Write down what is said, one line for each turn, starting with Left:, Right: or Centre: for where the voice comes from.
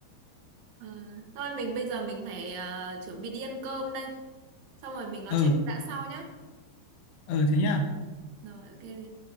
Right: Ờ, thôi mình bây giờ mình phải ờ, chuẩn bị đi ăn cơm đây xong rồi mình nói
Left: ừ
Right: chuyện đã sau nhá
Left: ừ thế nhá
Right: rồi ok